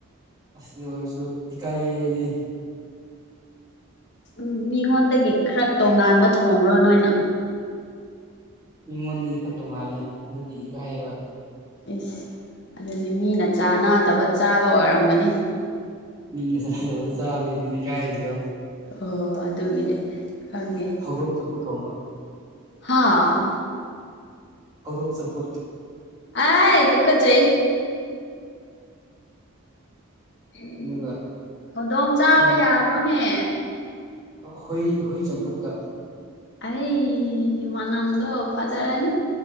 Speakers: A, on the right; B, on the left.
A: ꯑꯁ ꯑꯗꯨ ꯑꯣꯏꯔꯁꯨ ꯏꯀꯥꯏꯌꯦ ꯑꯪꯩꯗꯤ
B: ꯎꯝ ꯃꯤꯉꯣꯟꯗꯒꯤ ꯈꯔ ꯇꯣꯡꯉꯥꯟꯕ ꯊꯣꯡꯕ꯭ꯔꯣ ꯅꯣꯏꯅ
A: ꯃꯤꯉꯣꯟꯗꯩ ꯈ ꯇꯣꯉꯥꯜꯂꯦ ꯑꯗꯨꯒꯤ ꯏꯀꯥꯏꯕ
B: ꯑꯁ ꯑꯗꯨꯗꯤ ꯃꯤꯅ ꯆꯥꯅꯗꯕ ꯆꯥꯕ ꯑꯣꯏꯔꯝꯒꯅꯤ
A: ꯃꯤꯟꯅ ꯆꯥꯅꯗꯕꯗꯣ ꯆꯕꯩꯅꯤꯅꯦ ꯏꯀꯥꯏꯗꯣ
B: ꯍ ꯍꯣꯏ ꯑꯗꯨꯒꯤꯅꯦ ꯈꯪꯉꯦ
A: ꯊꯧꯗꯣꯡ ꯆꯝꯐꯨꯠ ꯊꯣꯡꯕ
B: ꯍꯥꯥ
A: ꯍꯧꯗꯣꯛ ꯆꯝꯐꯨꯠ
B: ꯑꯥ ꯇꯨ ꯀꯆꯩ ꯎꯝ
A: ꯑꯗꯨꯒ
B: ꯍꯧꯗꯣꯡ ꯆꯥꯕ
A: ꯀꯩꯅꯣ
B: ꯌꯥꯕ꯭ꯔꯣꯅꯦ
A: ꯍꯨꯏ ꯍꯨꯏ ꯆꯝꯐꯨꯠꯀ
B: ꯑꯩ ꯃꯅꯝꯗꯣ ꯐꯖꯥ ꯔꯥꯅꯤ